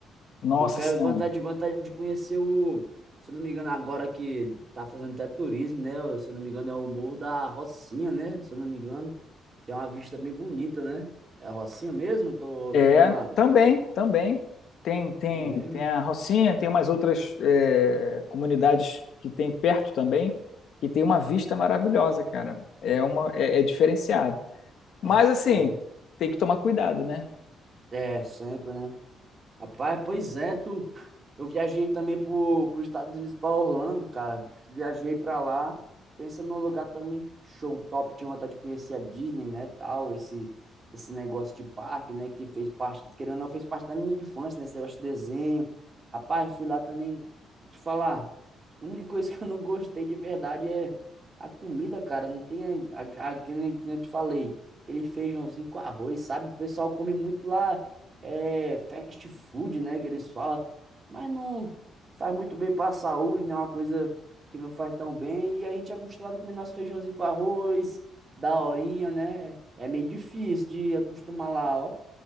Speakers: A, on the left (about 70°); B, on the right (about 30°).
A: Nossa
B: Eu quero
A: Senhora.
B: vontade, vontade de conhecer o, se eu não me engano, agora que tá fazendo até turismo, né? Se eu não me engano, é o Morro da Rocinha, né? Se eu não me engano, tem uma vista bem bonita, né? É a Rocinha mesmo? Tô,
A: É,
B: tô enganado.
A: também, também. Tem, tem,
B: É mesmo?
A: tem a Rocinha, tem umas outras é, comunidades que tem perto também, que tem uma vista maravilhosa, cara. É uma, é é diferenciado. Mas
B: É show.
A: assim, tem que tomar cuidado, né?
B: É, sempre, né? Rapaz, pois é, tu. Eu viajei também pro, pros Estados Unidos, pra Orlando, cara. Viajei pra lá. Pensa num lugar também show top. Tinha vontade de conhecer a Disney, né, tal. Esse, esse negócio de parque, né, que fez parte, querendo ou não, fez parte da minha infância, né, esse negócio de desenho. Rapaz, fui lá também. Te falar, a única coisa que eu não gostei de verdade é a comida, cara. Não tem, a, a, a- que nem que nem eu te falei, aquele feijãozinho com arroz, sabe? O pessoal come muito lá é, fast food, né, que eles falam, mas não faz muito bem para a saúde, né, uma coisa que não faz tão bem, e a gente é acostumado a comer nosso feijãozinho com arroz, da horinha, né, é meio difícil de acostumar lá, ó,